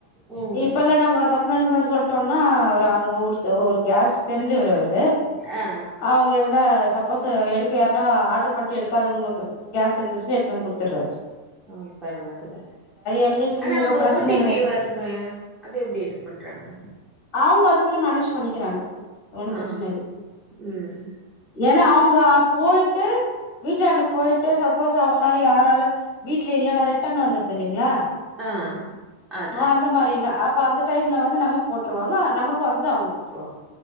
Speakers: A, on the right; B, on the left.
A: ம்
B: இப்பல்லா நாங்க ஒரு பத்து நாளுக்கு முன்னாடி சொல்ட்டோ னா அவர் அங்க உரு ஒரு கேஸ் தெரிஞ்சவரு அவரு
A: ஆ
B: அவங்க ந சப்போஸ் எடுக்க யார்னா ஆட்ரு பண்ணிட்டு எடுக்காதவங்க கேஸ் இருந்துச்சுனா எடுத் வந்து குடுத்துட்றாரு
A: ஆ பரவால்ல
B: எங்களுக்கு
A: ஆனா
B: இங்க
A: அந்த
B: பிரச்சன
A: ஓடிபி
B: கெடையாது
A: வருமே அது எப்டி இது பண்றாங்க
B: அவங்க அதுக்குள்ள மேனேஜ் பண்ணிக்கிறாங்க ஒண்ணு ப்ரச்சன
A: ஆ
B: இல்ல
A: ம்
B: ஏனா அவங்க போய்ட்டு வீட்டாண்ட போய்ட்டு சப்போஸ் அவங்கனால யாராலு வீட்ல இல்லன்னா ரிட்டன் வந்துருது இல்லங்களா
A: ஆ அது
B: ஆ அந்த மாரில்லா அ அப்ப அந்த டைம்ல வந்து நமக்கு போட்ருவாங்க நமக்கு வந்துது அவங்க குடு துருவாங்